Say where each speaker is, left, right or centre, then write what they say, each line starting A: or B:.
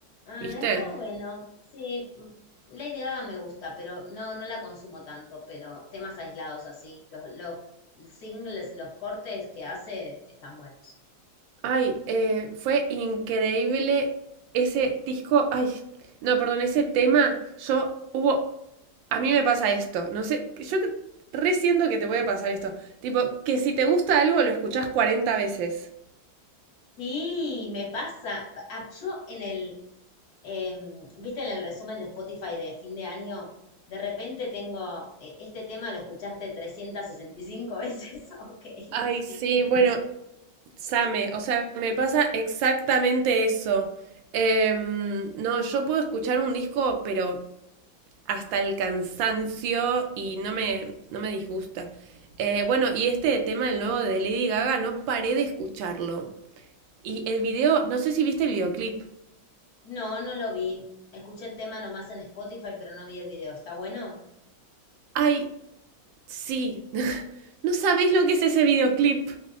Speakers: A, on the left; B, on the right.
A: Ah,
B: ¿viste?
A: está bueno. Sí, mm, Lady Gaga me gusta, pero no, no la consumo tanto, pero temas aislados así, los, los singles, los cortes que hace están buenos.
B: Ay, eh, fue increíble ese disco. Ay, no, perdón, ese tema. Yo hubo. A mí me pasa esto. No sé, yo que- que te puede pasar esto. Tipo, que si te gusta algo lo escuchás cuarenta veces.
A: Sí, me pasa. Ah, Yo en el, em, viste, en el resumen de Spotify de fin de año, de repente tengo, eh, este tema lo escuchaste 365 veces. <laughs> Ok,
B: Ay, sí,
A: sí.
B: bueno, Same, o sea, me pasa exactamente eso. Em, no, yo puedo escuchar un disco, pero hasta el cansancio y no me, no me disgusta. Eh, bueno, y este tema, el nuevo de Lady Gaga, no paré de escucharlo. Y el video, no sé si viste el videoclip.
A: No, no lo vi. Escuché el tema nomás en Spotify, pero no vi el video. ¿Está bueno?
B: Ay, sí. <laughs> No sabés lo que es ese videoclip.